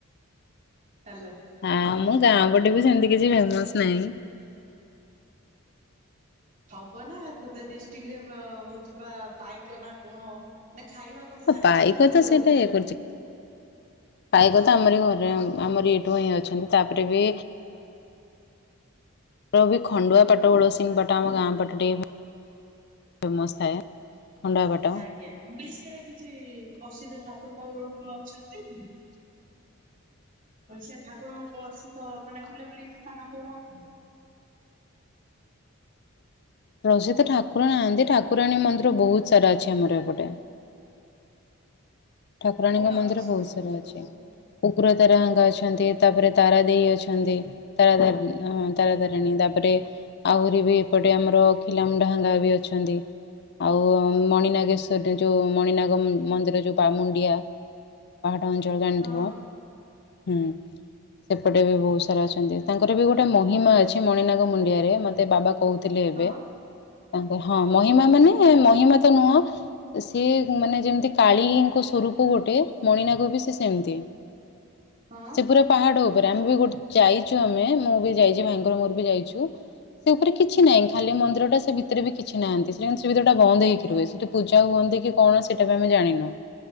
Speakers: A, on the right; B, on the left.
A: ହାଲୋ।
B: ଆଉ ମୁ ଗାଁ ପଟେ ବି ସେମିତି କିଛି ଫେମସ୍ ନାହିଁ
A: ହବ ନା ଖୋର୍ଦ୍ଧା ଡିଷ୍ଟିକ୍ ରେ ବ ହଉଛି ପା ପାଇକ ନା କଣ ନା ଖାଇବା କଥା
B: ହଁ
A: ଜାଣିନି
B: ପାଇକ
A: କିନ୍ତୁ ହଁ
B: ତ ସେଇଟା ଇଏ କରୁଛି ପାଇକ
A: ହଁ
B: ତ ଆମର ଘରେ ଆମର ଏଇଠୁ ହିଁ ଅଛନ୍ତି ତାପରେ ବି ରବି ଖଣ୍ଡୁଆପାଟ ଗୋଳସିଙ୍ଗ୍ ପାଟ ଆମ ଗାଁ ପାଟ ଟିକେ ଫେମସ୍ ଥାଏ। ଖଣ୍ଡୁଆ ପାଟ
A: ଆଜ୍ଞା ବି ସିଆଡେ କିଛି ପ୍ରସିଦ୍ଧ ଠାକୁର ଫାକୁର କଣ ଅଛନ୍ତି? ପଇସା ଠାକୁର ଙ୍କ ପ୍ରସିଦ୍ଧ ମାନେ ବୁଲାବୁଲି ସ୍ଥାନ କଣ ଅ
B: ପ୍ରସିଦ୍ଧ ଠାକୁର ନାହାନ୍ତି ଠାକୁରାଣୀ ମନ୍ଦିର ବହୁତ୍ ସାରା ଅଛି ଆମର ଏପଟେ। ଠାକୁରାଣୀଙ୍କ
A: କଣ
B: ମନ୍ଦିର
A: ଅଛି ସେପଟେ
B: ବହୁତ୍
A: ସବୁ
B: ସାରା ଅଛି।
A: ତମର?
B: କୁକୁର ତାରାଙ୍କା ଅଛନ୍ତି ତାପରେ ତାରା ଦେଇ ଅଛନ୍ତି ତାରାତାରିଣୀ ଆ ତାରାତାରିଣୀ ତାପରେ ଆହୁରି ବି ଏପଟେ ଆମର ଖିଲାମୁଡ଼ାହାଙ୍ଗା ବି ଅଛନ୍ତି। ଆଉ ମଣିନାଗେଶ୍ଵର ଯୋଉ ମଣିନାଗ ମନ୍ଦିର ଯଉ ପାାମୁଣ୍ଡିଆ ପାହାଡ଼ ଅଞ୍ଚଳ ଜାଣିଥିବ
A: ହଁ
B: ହୁଁ। ସେପଟେ ବି ବହୁତ୍ ସାରା ଅଛନ୍ତି ତାଙ୍କର ବି ଗୋଟେ ମହିମା ଅଛି ମଣିନାଗ ମୁଣ୍ଡିଆରେ ମତେ ବାବା କହୁଥିଲେ ଏବେ
A: ହଁ
B: ତାଙ୍କ ହଁ ମହିମା ମାନେ ମହିମା ତ ନୁହଁ ସିଏ ମାନେ ଯେମିତି କାଳି ସ୍ୱରୂପ ଗୋଟେ ମଣିନାଗ ବି ସେ ସେମିତି
A: ହଁ।
B: ସେ ପୁରା ପାହାଡ଼ ଉପରେ ଆମେ ବି ଗୋଟେ ଯାଇଛୁ ଆମେ ମୁଁ ବି ଯାଇଛି ଭାଇଙ୍କର ମୋର ବି ଯାଇଛୁ। ସେ ଉପରେ କିଛି ନାହିଁ ଖାଲି ମନ୍ଦିର ଟା ସେ ଭିତରେ ବି କିଛି ନାହାନ୍ତି ସେ ସେ ଭିତରେଟା ବନ୍ଦ ହେଇକି ରୁହେ ସେଠୁ ପୂଜା ହୁଅନ୍ତି କି କଣ ସେଇଟା ବି ଆମେ ଜାଣିନୁ।